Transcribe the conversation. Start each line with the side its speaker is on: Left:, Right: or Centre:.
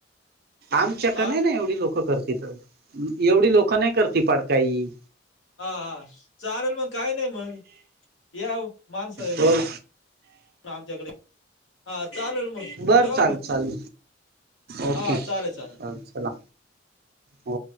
Right: आमच्याकडं
Left: हा
Right: नाही ना एवढी लोकं करत इथं तर एवढी लोकं नाही करती पडकाई.
Left: हा हा चालेल मग काही नाही मग यावं माणसं घेऊन.
Right: बर
Left: आमच्याकडे हा चालेल मग
Right: बर
Left: ठेवा
Right: चाल
Left: मग
Right: चाल ओके
Left: हा
Right: चाल
Left: चालेल चालेल.
Right: चला हो